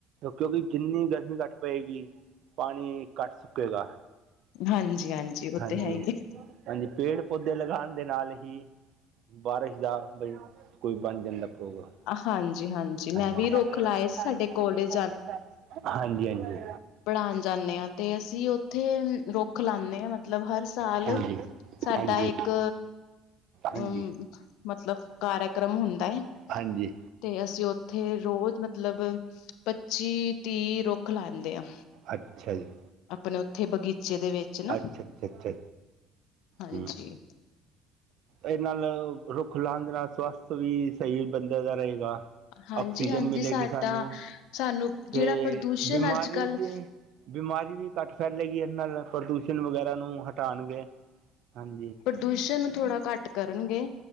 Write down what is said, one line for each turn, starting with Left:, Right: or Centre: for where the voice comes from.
Right: ਕਿਉਂਕਿ ਜਿੰਨੀ ਗਰਮੀ ਘੱਟ ਪਏਗੀ ਪਾਣੀ ਘਟ ਸੁੱਕੇਗਾ,
Left: ਹਾਂਜੀ ਉਹ
Right: ਹਾਂਜੀ।
Left: ਤੇ ਹੈ ਹੀ
Right: ਹਾਂਜੀ, ਪੇੜ-ਪੌਦੇ ਲਗਾਉਣ ਦੇ ਨਾਲ ਹੀ ਬਾਰਿਸ਼ ਦਾ ਬਈ ਕੋਈ ਬਣ ਜਾਂਦਾ ਪ੍ਰੋਗਰਾਮ,
Left: ਹਾਂਜੀ
Right: ਹਾਂਜੀ
Left: ਮੈਂ ਵੀ
Right: ਕਾਫੀ
Left: ਰੁੱਖ ਲਾਏ
Right: ਲਗਾਏ
Left: ਸੀ ਸਾਡੇ
Right: ਨੇ
Left: ਕੋਲਜ
Right: ਪੇੜ-ਪੌਦੇ ਹਾਂਜੀ-ਹਾਂਜੀ।
Left: ਪੜ੍ਹਾਹਨ ਜਾਂਨੇ ਹਾਂ ਤੇ ਅਸੀਂ ਉੱਥੇ ਰੁੱਖ ਲਾਦੇ ਹਾਂ ਮਤਲਬ ਹਰ ਸਾਲ
Right: ਹਾਂਜੀ ਹਾਂਜੀ
Left: ਸਾਡਾ
Right: ਹਾਂਜੀ
Left: ਇੱਕ
Right: ਹਾਂਜੀ
Left: ਅਮ ਮਤਲਬ ਕਾਰਯਕਰਮ ਹੁੰਦਾ ਹੈ।
Right: ਹਾਂਜੀ।
Left: ਤੇ ਅਸੀਂ ਉੱਥੇ ਰੋਜ਼ ਮਤਲਬ ਪੱਚੀ-ਤੀਹ ਰੁਖ ਰੁਖ ਲਾਂਦੇ ਆ,
Right: ਅੱਛਾ ਜੀ
Left: ਆਪਣੇ ਉੱਥੇ ਬਗੀਚੇ ਦੇ ਵਿੱਚ ਨਾ।
Right: ਅੱਛਾ ਅੱਛਾ ਅੱਛਾ
Left: ਹਾਂਜੀ।
Right: ਹੂੰ ਇਹ ਨਾਲ ਰੁੱਖ ਲਾਉਣ ਨਾਲ ਸਵੱਸਥ ਵੀ ਸਹੀ ਬੰਦੇ ਦਾ ਰਹੇਗਾ।
Left: ਹਾਂਜੀ
Right: ਆਕਸੀਜਨ
Left: ਹਾਂਜੀ
Right: ਮਿਲੇਗੀ
Left: ਸਾਡਾ
Right: ਸਾਨੂੰ
Left: ਸਾਨੂੰ ਜਿਹੜਾ
Right: ਤੇ
Left: ਪ੍ਰਦੂਸ਼ਣ
Right: ਬਿਮਾਰੀ
Left: ਅੱਜ ਕੱਲ
Right: ਦੇ ਬਿਮਾਰੀ ਵੀ ਘੱਟ ਫੈਲੇਗੀ ਇਹ ਨਾਲ ਪ੍ਰਦੂਸ਼ਣ ਵਗੈਰਾ ਨੂੰ ਹਟਾਉਣਗੇ, ਹਾਂਜੀ।
Left: ਪੋਲੂਸ਼ਨ ਨੂੰ ਥੋੜਾ ਘੱਟ ਕਰਨਗੇ।